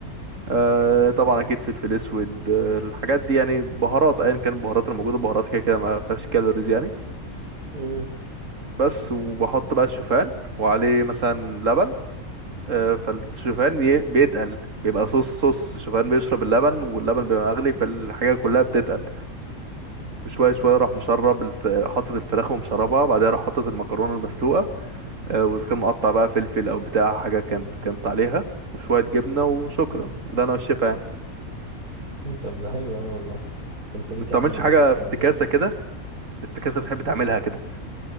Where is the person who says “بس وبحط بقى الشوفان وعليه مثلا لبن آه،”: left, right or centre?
Right